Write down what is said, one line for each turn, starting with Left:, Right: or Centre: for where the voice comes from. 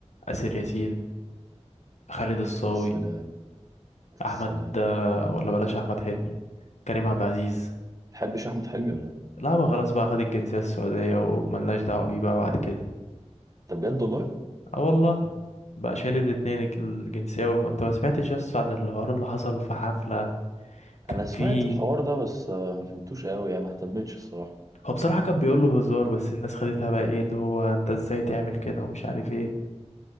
Left: آسر ياسين خالد الصاوي
Right: يا سلام يا
Left: احمد
Right: سلام
Left: ده ولا بلاش احمد حلمي كريم عبد العزيز
Right: تحبش احمد حلمي ولا ايه
Left: لا ما خلاص بقى خد الجنسية السعودية وملناش دعوة بيه بقى بعد كده
Right: طب بجد والله
Left: اه والله بقى شايل الاتنين الج- الجنسية والم... انت ما سمعتش يس عن الحوار اللي حصل في حفلة كان
Right: انا سمعت
Left: في
Right: الحوار ده بس آه، ما فهمتوش قوي يعني ما اهتمتش الصراحه
Left: هو بصراحة كان بيقول له بهزار بس الناس خدتها بقى ايه اللي هو انت ازاي تعمل كده ومش عارف ايه